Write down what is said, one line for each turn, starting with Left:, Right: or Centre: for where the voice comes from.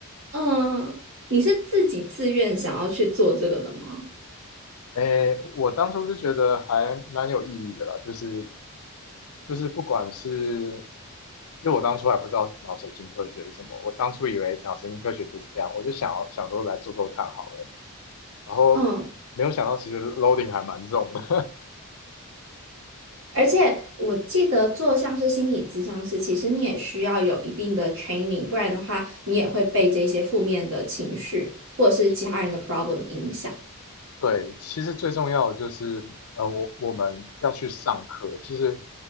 Right: 嗯，你是自己自愿想要去做这个的吗？
Left: 诶，我当初是觉得还蛮有意义的啦，就是就是不管是，因为我当初还不知道脑神经科学是什么，我当初以为脑神经科学就是这样，我就想要想说来做做看好了，然后没有想到其实
Right: 嗯
Left: loading 还蛮重的。
Right: 而且我记得做像是心理咨商师，其实你也需要有一定的 training，不然的话你也会被这些负面的情绪或者是其他人的 problem 影响。
Left: <laughs> 对，其实最重要的就是，呃，我我们要去上课。其实